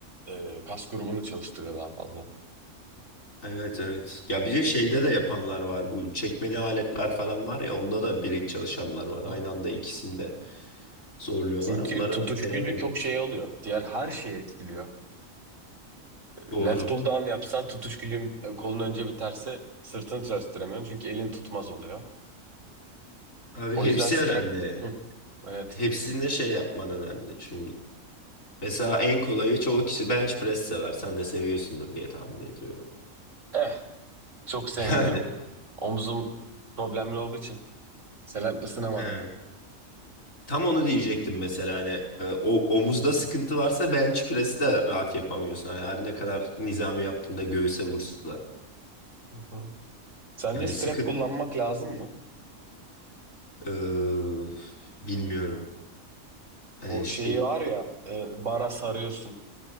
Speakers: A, on the right; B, on the left.
A: e, kas grubunu çalıştırıyor daha fazla.
B: Evet evet. Ya bir de şeyde de yapanlar var. Bu çekmeli aletler falan var ya onda da bilek çalışanlar
A: Hı.
B: var. Aynı anda ikisini de zorluyorlar.
A: Çünkü
B: Onları
A: tutuş
B: denemedim
A: gücü çok
B: henüz.
A: şey alıyor. Diğer her şeyi etkiliyor.
B: Doğru.
A: Left pull down yapsan tutuş gücün e, kolun önce biterse sırtını çalıştıramıyorum. Çünkü elin tutmaz oluyor.
B: Abi
A: O
B: hepsi
A: yüzden strap
B: önemli.
A: Hı, evet.
B: Hepsinde şey yapman önemli. Şimdi mesela en kolayı çoğu kişi bench press sever. Sen de seviyorsundur diye tahmin ediyorum.
A: Eh çok sevmiyorum.
B: <laughs> Yani.
A: Omzum problemli olduğu için seven ısınamadım.
B: He. Tam onu diyecektim mesela hani e, o omuzda sıkıntı varsa bench press'i de rahat yapamıyorsun. Yani her ne kadar nizami yaptığında göğüse vursa da.
A: Hı hı. Sence
B: Yani
A: strap
B: sıkıntı
A: kullanmak lazım mı?
B: e, bilmiyorum. Hani
A: Bu
B: şey
A: şeyi var ya e, bara sarıyorsun.